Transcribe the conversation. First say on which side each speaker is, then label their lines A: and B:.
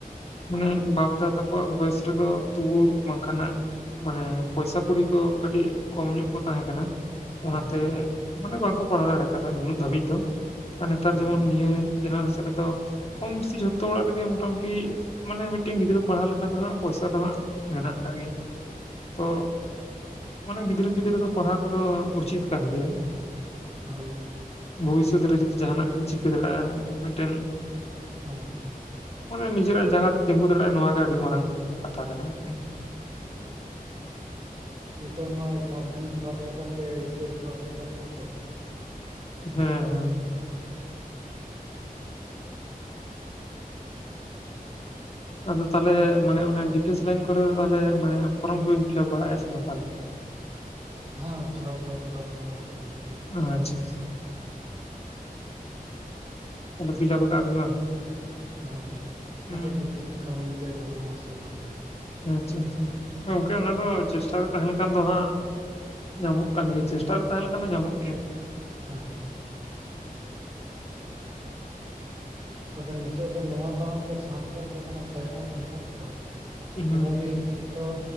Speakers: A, on the left; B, on the right.
A: ᱢᱟᱱᱮ ᱵᱟᱯ-ᱫᱟ ᱛᱟ ᱟᱠᱚᱣᱟᱜ ᱵᱚᱭᱮᱥ ᱨᱮᱫᱚ ᱛᱩᱵᱩ ᱵᱟᱝᱠᱷᱟᱱᱟᱜ ᱢᱟᱱᱮ ᱯᱚᱭᱥᱟ ᱠᱩᱲᱤ ᱠᱚ ᱠᱟᱹᱴᱤᱡ ᱠᱚᱢ ᱧᱚᱸᱜ ᱠᱚ ᱛᱟᱦᱮᱸ ᱠᱟᱱᱟ᱾
B: ᱦᱮᱸ
A: ᱚᱱᱟ ᱛᱮ ᱢᱟᱱᱮ ᱵᱟᱝ ᱠᱚ ᱯᱟᱲᱦᱟᱣ ᱫᱟᱲᱮ ᱠᱟᱫᱟ ᱱᱩᱱᱟᱹᱜ ᱫᱷᱟᱹᱵᱤᱡ ᱫᱚ ᱱᱮᱛᱟᱨ
B: ᱦᱩᱸ
A: ᱡᱮᱢᱚᱱ ᱱᱤᱭᱟᱹ ᱡᱮᱱᱨᱮᱥᱚᱱ ᱨᱮᱫᱚ, ᱠᱚᱢ ᱵᱤᱥᱤ ᱡᱷᱚᱛᱚ ᱚᱲᱟᱜ ᱨᱮᱜᱮ ᱢᱚᱴᱟᱢᱩᱴᱤ ᱢᱟᱱᱮ ᱢᱤᱫᱴᱮᱱ ᱜᱤᱫᱽᱨᱟᱹ ᱯᱟᱲᱦᱟᱣ ᱞᱮᱠᱟ ᱫᱚ ᱦᱟᱸᱜ ᱯᱚᱭᱥᱟ ᱫᱚ ᱦᱟᱸᱜ ᱢᱮᱱᱟᱜ ᱠᱟᱜ ᱜᱮᱭᱟ ᱛᱚ ᱢᱟᱱᱮ ᱜᱤᱫᱽᱨᱟᱹ ᱯᱤᱫᱽᱨᱟᱹ ᱫᱚ ᱯᱟᱲᱦᱟᱣ ᱠᱚᱫᱚ ᱩᱪᱤᱛ ᱠᱟᱱ ᱜᱮᱭᱟ ᱦᱮᱸ᱾
B: ᱦᱮᱸ
A: ᱵᱷᱚᱵᱤᱥᱚᱛ ᱨᱮ ᱡᱩᱫᱤ ᱡᱟᱸᱦᱟᱱᱼᱟᱜ ᱜᱮᱢ ᱪᱤᱠᱟᱹ ᱫᱟᱲᱮᱭᱟᱜᱼᱟ ᱢᱤᱫᱴᱮᱱ᱾
B: <inaudible>
A: ᱢᱟᱱᱮ ᱱᱤᱡᱮᱨᱟᱜ ᱡᱟᱸᱜᱟ ᱛᱮ ᱛᱤᱸᱜᱩ ᱫᱟᱲᱮᱭᱟᱜᱼᱟ ᱱᱚᱣᱟᱜ ᱜᱮ ᱟᱹᱰᱤ ᱢᱟᱨᱟᱝ᱾ ᱠᱟᱛᱷᱟ ᱠᱟᱱᱟ ᱢᱤᱫᱴᱮᱱ᱾
B: <inaudible> ᱱᱤᱛᱚᱜ ᱢᱟ ᱢᱟᱫᱽᱫᱷᱚᱢᱤᱠ ᱯᱟᱥ ᱞᱮᱠᱷᱟᱱ ᱜᱮ ᱮᱭᱤᱪᱮᱥ ᱯᱟᱥ ᱞᱮᱠᱷᱟᱱ ᱜᱮ ᱪᱟᱠᱨᱤ᱾
A: ᱦᱮᱸ ᱦᱮᱸ
B: ᱦᱩᱸ
A: ᱟᱫᱚ ᱛᱟᱞᱦᱮ ᱢᱟᱱᱮ ᱚᱱᱟ ᱰᱤᱯᱷᱮᱱᱥ ᱞᱟᱭᱤᱱ ᱠᱚᱨᱮ ᱛᱟᱦᱚᱞᱮ ᱢᱟᱱᱮ ᱯᱷᱚᱨᱚᱢ ᱠᱚᱵᱤᱱ ᱯᱷᱤᱞᱟᱯ ᱵᱟᱲᱟᱮᱜᱼᱟ ᱥᱮ ᱵᱟᱝ ᱛᱟᱦᱚᱞᱮ᱾
B: ᱦᱮᱸ ᱯᱷᱤᱞᱟᱯ ᱫᱚ ᱯᱷᱤᱞᱟᱯ ᱯᱩᱨᱚᱱ ᱦᱩᱭᱩᱜ ᱜᱮᱭᱟ᱾
A: ᱟᱪᱪᱷᱟ ᱟᱪᱪᱷᱟ ᱛᱟᱞᱦᱮ ᱯᱷᱤᱞᱟᱯ ᱟᱠᱟᱜ ᱵᱤᱱ ᱵᱟᱝ᱾
B: ᱦᱮᱸ
A: ᱦᱩᱸ
B: ᱟᱫᱚ ᱫᱮᱠᱷᱤ ᱠᱟᱹᱢᱤ ᱜᱮ ᱧᱟᱢᱚᱜ ᱟᱥᱮ ᱵᱟᱝ᱾
A: ᱟᱪᱪᱷᱟ ᱟᱪᱪᱷᱟ ᱜᱚᱝᱠᱮ ᱚᱱᱟ ᱫᱚ ᱪᱮᱥᱴᱟ ᱨᱮ ᱛᱟᱦᱮᱸᱱ ᱠᱷᱟᱱ ᱫᱚ ᱦᱟᱸᱜ ᱧᱟᱢᱚᱜ ᱠᱟᱱ ᱜᱮᱭᱟ ᱪᱮᱥᱴᱟ ᱨᱮ ᱮ ᱛᱟᱦᱮᱸ ᱞᱮᱱᱠᱷᱟᱱ ᱫᱚ ᱧᱟᱢᱚᱜ ᱜᱮᱭᱟ᱾
B: ᱦᱮᱸ ᱟᱫᱚ ᱱᱤᱛᱚᱜ ᱫᱚ ᱱᱚᱣᱟ ᱠᱟᱨᱚᱱ ᱛᱮ ᱥᱟᱱᱛᱟᱲ ᱠᱚ ᱮᱠᱷᱳ ᱛᱟᱭᱱᱚᱢ ᱨᱮ ᱦᱮᱱᱟᱜ ᱠᱚᱣᱟ᱾
A: ᱦᱩᱸ
B: ᱢᱚᱱᱮ ᱵᱤᱱ ᱱᱤᱛᱚᱜ